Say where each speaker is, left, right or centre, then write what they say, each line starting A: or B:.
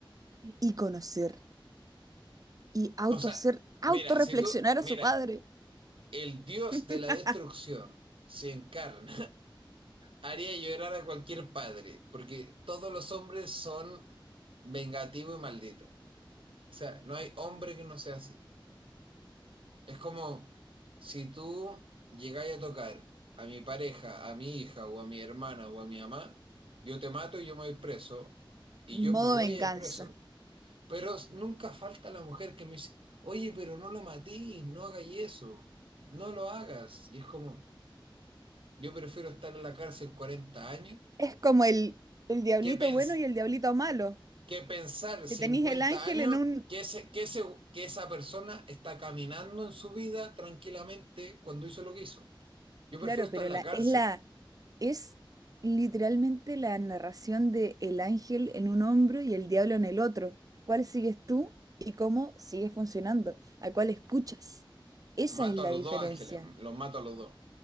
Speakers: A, on the right; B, on the right.
A: y conocer y auto
B: O sea,
A: ser, autorreflexionar
B: mira, si tú, mira,
A: a su padre.
B: el dios
A: <laughs>
B: de la destrucción se encarna haría llorar a cualquier padre, porque todos los hombres son vengativos y malditos. O sea, no hay hombre que no sea así. Es como si tú llegáis a tocar a mi pareja, a mi hija o a mi hermana o a mi mamá, yo te mato y yo me voy preso y yo
A: Modo
B: me voy
A: venganza.
B: a ir preso. Pero nunca falta la mujer que me dice, oye, pero no lo matís, no hagáis eso, no lo hagas. Y es como, yo prefiero estar en la cárcel 40 años
A: Es como el, el diablito
B: que, pens-
A: bueno y el diablito malo.
B: que pensar 50
A: Que tenéis el ángel
B: años
A: en un...
B: que, ese, que, ese, que esa persona está caminando en su vida tranquilamente cuando hizo lo que hizo. Yo
A: Claro,
B: prefiero estar
A: pero
B: en
A: la,
B: la cárcel.
A: es la... Es literalmente la narración de el ángel en un hombro y el diablo en el otro. ¿Cuál sigues tú y cómo sigue funcionando? ¿A cuál escuchas? Esa
B: Mato
A: es la
B: a los
A: diferencia.
B: dos ángeles, los mato a los dos.